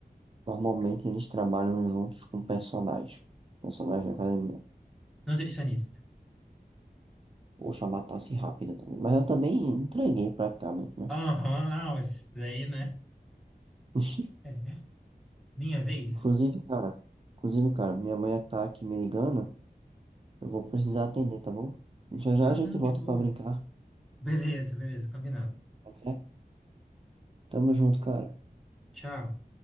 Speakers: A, on the right; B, in the centre.
A: Normalmente eles trabalham juntos com personagens. Personagens da academia.
B: Nutricionista.
A: Poxa, matasse rápida também. Mas eu também entreguei praticamente, né?
B: Aham, ah, isso daí, né?
A: <laughs>
B: É. Minha vez?
A: Inclusive, cara, inclusive, cara, minha mãe tá aqui me ligando. Eu vou precisar atender, tá bom? Já já
B: Ah,
A: a gente
B: não,
A: volta
B: de boa.
A: pra brincar,
B: Beleza, beleza, combinado.
A: tá certo? Tamo junto, cara.
B: Tchau.